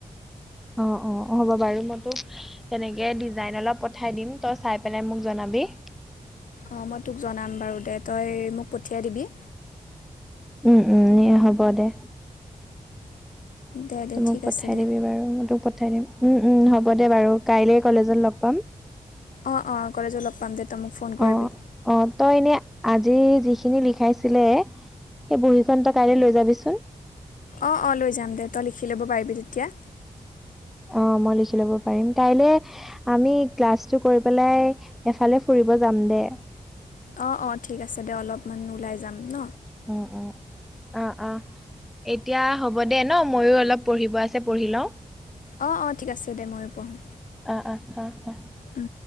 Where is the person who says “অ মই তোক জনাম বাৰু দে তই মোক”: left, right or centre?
Left